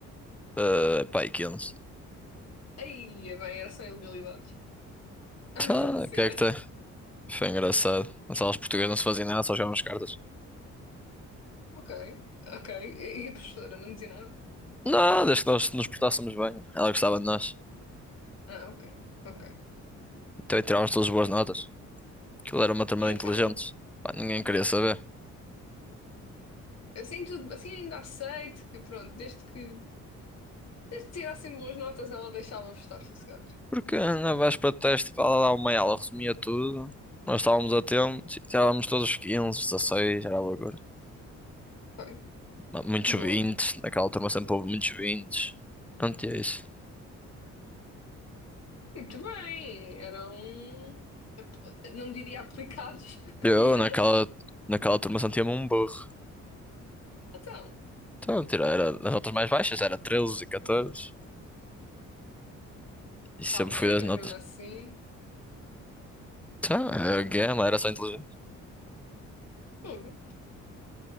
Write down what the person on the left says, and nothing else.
Aí, é bem, era só ilegalidades <laughs> a
acontecerem.
Ok, ok. E a professora não dizia nada?
Ah, ok, ok.
Ah,
Então,
assim tudo, assim ainda aceito que pronto, desde que desde que tirassem boas notas, ela deixava-vos estar sossegados.
Bem,
boa.
Muito bem, eram ap- não diria aplicados, <laughs>
mas
então,
está bem,
mas
mesmo assim,
fogo.